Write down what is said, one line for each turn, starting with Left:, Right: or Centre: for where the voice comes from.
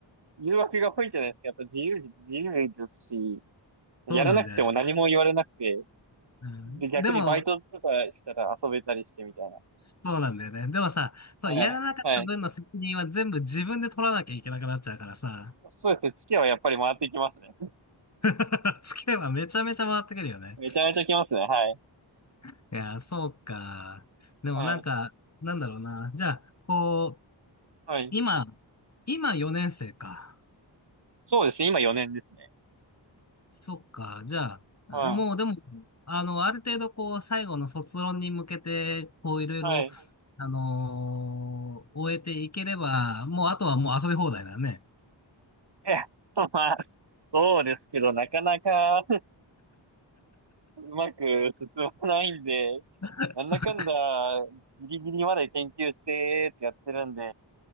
Right: 誘惑が多いじゃないですか。やっぱ自由、自由ですし、
Left: そうなんだよね。
Right: やらなくても何も言われなくて、
Left: うん、
Right: で、逆にバイトとかしたら遊べたりしてみたいな。
Left: でも、そうなんだよね。でもさ、そう、
Right: はい。
Left: やらなかった分の責任は全部自分で取らなきゃいけなくなっちゃうからさ、
Right: はい。そうですね。月はやっぱり回ってきますね。
Left: <laughs> つけばめちゃめちゃ回ってくるよね。
Right: めちゃめちゃきますね。はい。
Left: いやー、そうか。でもなんか、
Right: はい。
Left: なんだろうな。じゃあ、こう、
Right: はい。
Left: 今、今4年生か。
Right: そうですね。今4年ですね。
Left: そっか。じゃあ、
Right: は
Left: もうでも、あの、ある程度こう、最後の卒論に向けて、こう、いろいろ、
Right: い。はい。
Left: あのー終えていければ、もうあとはもう遊び放題だね。
Right: え、まあ、そうですけど、なかなか、うまく進まないんで、
Left: <laughs>
Right: なんだかんだ、
Left: そっか。
Right: ギリギリまで研究してってやってるんで、